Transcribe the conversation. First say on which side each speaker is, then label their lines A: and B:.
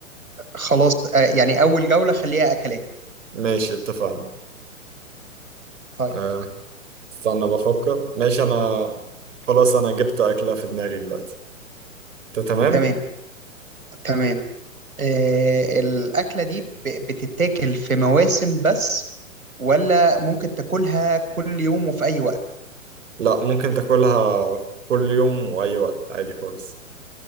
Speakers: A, on the right; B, on the right.
A: خلاص آه، يعني اول جوله خليها اكلات
B: ماشي اتفقنا
A: طيب
B: أه استنى بفكر ماشي أنا خلاص أنا جبت أكلة في دماغي دلوقتي أنت تمام؟
A: تمام تمام آه، الأكلة دي ب- بتتاكل في مواسم بس ولا ممكن تاكلها كل يوم وفي أي وقت؟
B: لا ممكن تاكلها كل يوم وأي وقت عادي خالص